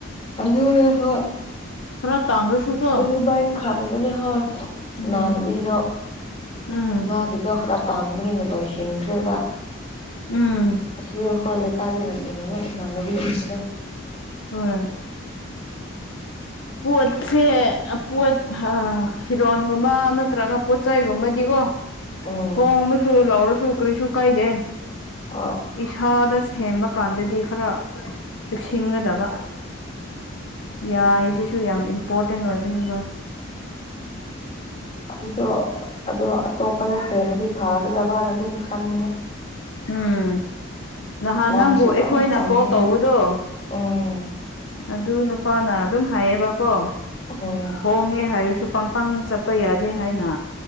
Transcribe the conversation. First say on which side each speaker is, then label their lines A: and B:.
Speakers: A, on the left; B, on the left.
A: ꯑꯗꯨꯅꯦ ꯍꯣꯏ
B: ꯈꯔ ꯇꯥꯡꯂꯁꯨ ꯀꯣ
A: ꯑꯗꯨꯃꯥꯏꯟ ꯈꯟꯕꯅꯦ ꯍꯣꯏ
B: ꯎꯝ
A: ꯏꯃꯥꯟꯅꯕꯤꯗꯣ
B: ꯎꯝ
A: ꯃꯥꯒꯤꯗꯣ ꯈꯔ ꯇꯥꯡꯕꯅꯤꯅ ꯂꯣꯏꯁꯤꯟꯈ꯭ꯔꯦꯕ
B: ꯎꯝ
A: ꯑꯁꯤ ꯑꯩꯈꯣꯏ ꯂꯩꯀꯥꯏꯗ ꯂꯩꯃꯤꯟꯅꯕ ꯏꯃꯥꯅꯕꯤꯗ
B: ꯍꯣꯏ ꯄꯣꯠꯁꯦ ꯄꯣꯠ ꯐꯤꯔꯣꯟꯜꯒꯨꯝꯕ ꯅꯠꯇ꯭ꯔꯒ ꯄꯣꯠꯆ ꯆꯩꯒꯨꯝꯕꯗꯤꯀꯣ
A: ꯎꯝ
B: ꯍ ꯍꯕꯁꯨ ꯂꯥꯎꯔꯣꯁꯨꯨ ꯀꯔꯤꯁꯨꯨ ꯀꯥꯏꯗꯦ
A: ꯑꯣ
B: ꯏꯁꯥꯗ ꯁꯦꯝꯕ ꯀꯥꯟꯗꯗꯤ ꯈꯔ ꯆꯦꯛꯁꯤꯟꯒꯗꯕ ꯌꯥ
A: ꯎꯝ
B: ꯁꯤꯁꯨ ꯌꯥꯝ ꯏꯝꯄꯣꯔꯇꯦꯟ ꯑꯣꯏꯕꯅꯤꯕꯣ
A: ꯑꯁꯤꯁꯨ ꯑꯗꯨ ꯑꯇꯣꯞꯄꯗ ꯁꯦꯝꯃꯗꯤ ꯐꯒꯗꯕꯅ ꯑꯗꯨꯝ ꯈꯟꯕꯅꯦ
B: ꯎꯝ ꯅꯍꯥꯟ
A: ꯂꯝꯁꯨ
B: ꯅꯪꯕꯨ ꯑꯩꯈꯣꯏꯅ
A: ꯌꯥꯝ ꯆꯪꯉꯦ
B: ꯀꯣꯜ ꯇꯧꯕꯗꯣ
A: ꯎꯝ
B: ꯑꯗꯨ ꯅꯨꯄꯥꯅ ꯑꯗꯨꯝ ꯍꯥꯏꯌꯦꯕꯀꯣ
A: ꯎꯝ
B: ꯍꯣꯡꯉꯦ ꯍꯥꯏꯔꯁꯨ ꯄꯪ ꯄꯪ ꯆꯠꯄ ꯌꯥꯗꯦ ꯍꯥꯏꯅ